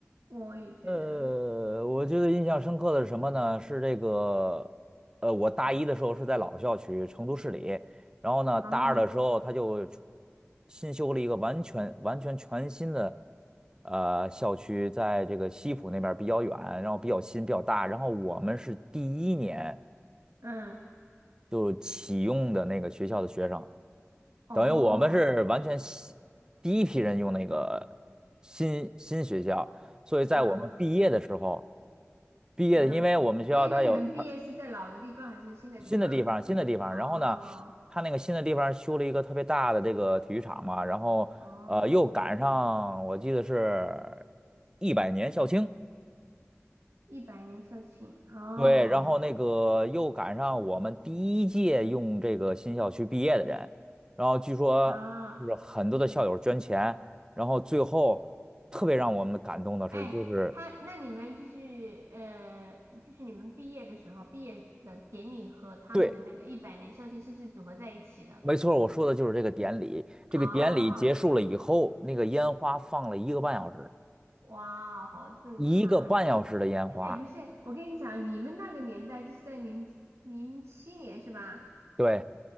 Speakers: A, on the right (about 80°); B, on the right (about 15°).
A: 我也觉得，
B: 呃，我觉得印象深刻的是什么呢？是这个，呃，我大一的时候是在老校区，成都市里，然后呢，大二的时候他就
A: 哦，
B: 新修了一个完全完全全新的呃校区，在这个西浦那边儿比较远，然后比较新比较大，然后我们是第一年
A: 嗯，
B: 就启用的那个学校的学生，
A: 哦，
B: 等于我们是完全新第一批人用那个新新学校，所以在我们毕业的时候。
A: 嗯。
B: 毕业的，
A: 嗯，
B: 因为我们学校它有它
A: 哎，那你们毕业是在老的地方还是新的地方？
B: 新的地方，新的地方，
A: 哦
B: 然后呢，它那个新的地方修了一个特别大的这个体育场嘛，然后呃又赶上我记得是
A: 哦，
B: 一百年校庆，
A: 一百年校庆哦
B: 对，然后那个又赶上我们第一届用这个新校区毕业的人，然后据说就是很多的校友捐钱，
A: 啊，
B: 然后最后特别让我们感动的是，
A: 哎，
B: 就是。
A: 他那你们就是呃，就是你们毕业的时候，毕业的典礼和他们的那个一百年校庆是不是组合在一起的？
B: 对。没错，我说的就是这个典礼。
A: 啊，
B: 这个典礼结束了以后，那个烟花放了一个半小时，
A: 哇哦，好震撼！
B: 一个半小时的烟花。
A: 哎，不是，我跟你讲，你们那个年代就是在零零七年是吧？
B: 对，